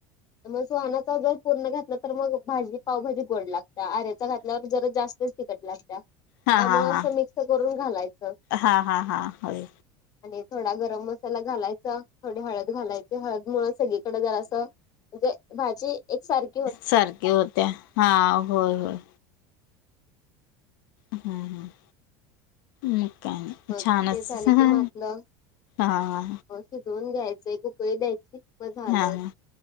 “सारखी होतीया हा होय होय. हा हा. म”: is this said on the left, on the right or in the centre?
Left